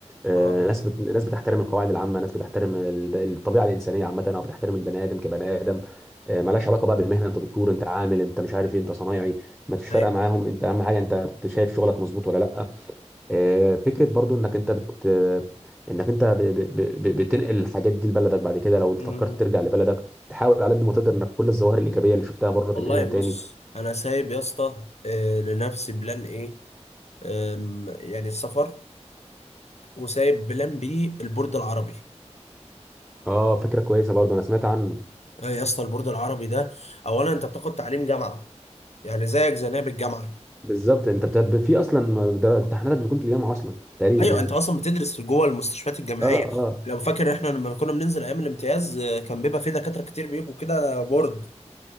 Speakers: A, in the centre; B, on the left (about 65°).
A: آه،
B: اه
A: ناس بت... ناس بتحترم القواعد العامة ناس بتحترم الب- الطبيعة الإنسانية عامة أو بتحترم البني آدم كبني آدم آه، ملهاش علاقة بقى بالمهنة انت دكتور انت عامل انت مش عارف ايه انت صنايعي ما فيش فارقة
B: ايوه
A: معاهم انت أهم حاجة انت شايف شغلك مظبوط ولا لا آه، فكره برضو انك انت بت انك انت ب... ب... ب... بتنقل الحاجات دي لبلدك بعد كده لو انت
B: مم.
A: فكرت ترجع لبلدك تحاول على قد ما تقدر انك كل الظواهر الايجابيه اللي شفتها بره تنقلها
B: والله
A: تاني
B: بص انا سايب يا اسطى آه، لنفسي بلان ايه أم، يعني السفر وسايب بلان بي البورد العربي
A: اه فكره كويسه برضو انا سمعت عنه
B: إيه يا اسطى البورد العربي ده اولا انت بتاخد تعليم جامعه يعني زيك زي نائب الجامعه
A: بالظبط انت بتب... في اصلا در- امتحاناتك بتكون في الجامعه اصلا تقريبا
B: ايوه
A: يعني
B: انت اصلا بتدرس في جوه المستشفيات الجامعيه
A: اه اه
B: لو فاكر احنا لما كنا بننزل ايام الامتياز آه، كان بيبقى في دكاتره كتير بيجوا كده بورد